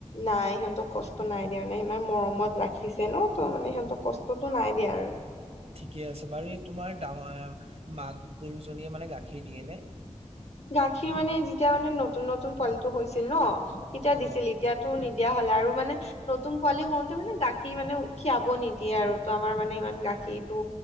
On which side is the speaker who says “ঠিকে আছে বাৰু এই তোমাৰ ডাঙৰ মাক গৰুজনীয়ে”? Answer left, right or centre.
Right